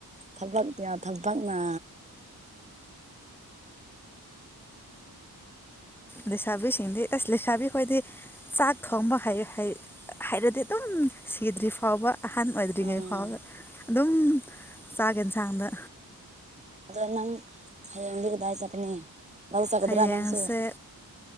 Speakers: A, on the right; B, in the centre.
A: ꯊꯕꯛꯌꯥ ꯊꯕꯛꯅ
B: ꯂꯩꯁꯥꯕꯤꯁꯤꯡꯗꯤ ꯇꯁ ꯂꯩꯁꯥꯕꯤꯈꯣꯏꯗꯤ ꯆꯥꯛ ꯊꯣꯡꯕ ꯍꯩ ꯍꯩ ꯍꯥꯏꯔꯗꯤ ꯑꯗꯨꯝ ꯁꯤꯗ꯭ꯔꯤ ꯐꯥꯎꯕ ꯑꯍꯟ ꯑꯣꯏꯗ꯭ꯔꯤꯉꯩ
A: ꯎꯝ
B: ꯐꯥꯎꯕ ꯑꯗꯨꯝ ꯆꯥꯒ ꯏꯟꯁꯥꯡꯗ
A: ꯑꯗꯣ ꯅꯪ ꯍꯌꯦꯡ ꯏꯗꯤꯒꯗꯥꯏ ꯆꯠꯀꯅꯤ ꯂꯥꯛ ꯆꯠꯀꯗ꯭ꯔꯥ
B: ꯍꯌꯦꯡꯁꯦ
A: ꯅꯪꯁꯨ